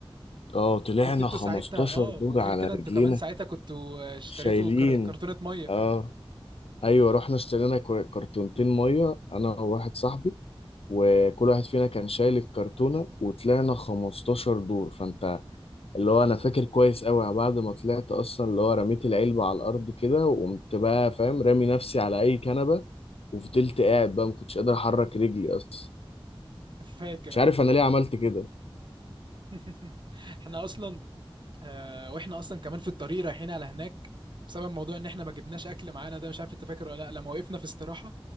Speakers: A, on the left; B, on the right.
A: اه طلعنا
B: كنت انتوا
A: 15
B: ساعتها اه
A: دور
B: وغير
A: على
B: كده
A: رجلينا
B: انتوا كمان ساعتها كنتوا آه، اشتريتوا
A: شايلين
B: كر- كرتونة مية
A: اه ايوه رحنا اشترينا كر- كرتونتين ميه انا وواحد صاحبي وكل واحد فينا كان شايل الكرتونه وطلعنا 15 دور فانت اللي هو انا فاكر كويس قوي بعد ما طلعت اصلا اللي هو رميت العلبة على الارض كده وقمت بقى فاهم رامي نفسي على اي كنبة وفضلت قاعد بقى ما كنتش قادر احرك رجلي اصلا
B: فاكر
A: مش عارف
B: اه
A: انا ليه عملت كده
B: <laughs> احنا اصلا آه، واحنا اصلا كمان في الطريق رايحين على هناك بسبب موضوع ان احنا ما جبناش اكل معانا ده مش عارف انت فاكر ولا لا لما وقفنا في استراحه